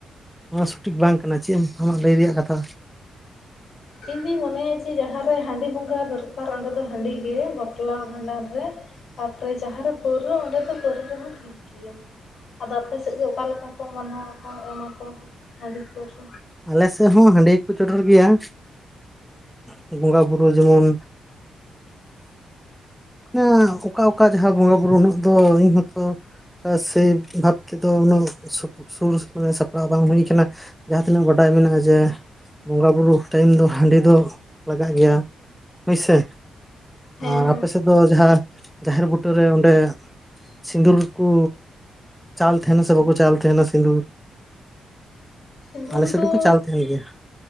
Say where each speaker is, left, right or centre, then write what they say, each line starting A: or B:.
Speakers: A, in the centre; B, on the left.
A: ᱚᱱᱟ ᱥᱚᱴᱷᱤᱠ ᱵᱟᱝ ᱠᱟᱱᱟ ᱪᱮᱫ ᱮᱢ ᱟᱢᱟᱜ ᱞᱟᱹᱭ ᱨᱮᱭᱟᱜ ᱠᱟᱛᱷᱟ?
B: ᱤᱧ ᱫᱩᱧ ᱢᱚᱱᱮᱭᱟ ᱡᱮ ᱡᱟᱦᱟᱸ ᱨᱮ ᱦᱟᱺᱰᱤ ᱵᱚᱸᱜᱟ ᱫᱚᱨᱠᱟᱨ ᱚᱸᱰᱮ ᱫᱚ ᱦᱟᱺᱰᱤ ᱜᱮ ᱵᱟᱯᱞᱟ ᱵᱷᱟᱸᱰᱟᱱ ᱨᱮ᱾ ᱛᱟᱨᱯᱚᱨᱮ ᱡᱟᱦᱟᱸᱨᱮ ᱯᱟᱹᱣᱨᱟᱹ ᱚᱸᱰᱮ ᱫᱚ ᱯᱟᱹᱣᱨᱟᱹ ᱨᱮᱦᱚᱸ ᱴᱷᱤᱠ ᱜᱮᱭᱟ᱾ ᱟᱫᱚ ᱟᱯᱮ ᱥᱮᱫ ᱜᱮ ᱚᱠᱟ ᱞᱮᱠᱟ ᱠᱚ ᱢᱟᱱᱟᱣᱟᱠᱚ, ᱮᱢᱟ ᱠᱚ ᱦᱟᱺᱰᱤ ᱯᱟᱹᱣᱨᱟᱹ᱾
A: ᱟᱞᱮ ᱥᱮᱫ ᱦᱚᱸ ᱦᱟᱺᱰᱤ ᱜᱮ ᱠᱚ ᱪᱚᱰᱚᱨ ᱜᱮᱭᱟ᱾ ᱮᱸ ᱵᱚᱸᱜᱟ ᱵᱩᱨᱩ ᱡᱮᱢᱚᱱ ᱚᱱᱥ ᱚᱠᱟ ᱚᱠᱟ ᱡᱟᱦᱟᱸ ᱵᱚᱸᱜᱟ ᱵᱩᱨᱩ ᱩᱱᱟᱹᱜ ᱫᱚ ᱤᱧ ᱦᱚᱸᱛᱚ ᱠᱟ ᱥᱮᱭ ᱵᱷᱟᱵ ᱛᱮᱫᱚ ᱩᱱᱟᱹᱜ ᱥᱩᱨ ᱥᱟᱯᱲᱟᱣ ᱵᱟᱝ ᱦᱩᱭ ᱟᱠᱟᱱᱟ᱾ ᱡᱟᱦᱟᱸ ᱛᱤᱱᱟᱹᱜ ᱵᱟᱰᱟᱭ ᱢᱮᱱᱟᱜᱼᱟ ᱡᱮ ᱵᱚᱸᱜᱟᱼᱵᱩᱨᱩ ᱴᱟᱭᱤᱢ ᱫᱚ ᱦᱟᱺᱰᱤ ᱫᱚ ᱞᱟᱜᱟᱜ ᱜᱮᱭᱟ᱾ ᱦᱩᱭ ᱥᱮ
B: ᱦᱮᱸ ᱦᱮᱸ
A: ᱟᱨ ᱟᱯ ᱫᱚ ᱡᱟᱦᱟᱸ ᱡᱟᱦᱮᱨ ᱵᱩᱴᱟᱹᱨᱮ ᱚᱸᱰᱮ ᱥᱤᱸᱫᱩᱨ ᱠᱚ ᱪᱟᱞ ᱛᱟᱦᱮᱱᱟ ᱥᱮ ᱵᱟᱠᱚ ᱪᱟᱞ ᱛᱟᱦᱮᱱᱟ ᱥᱤᱸᱫᱩᱨ᱾
B: ᱥᱤᱝᱫᱩᱨ
A: ᱟᱞᱮ ᱥᱮᱫ
B: ᱫᱚ
A: ᱫᱚᱠᱚ ᱪᱟᱞ ᱛᱟᱦᱮᱱ ᱜᱮᱭᱟ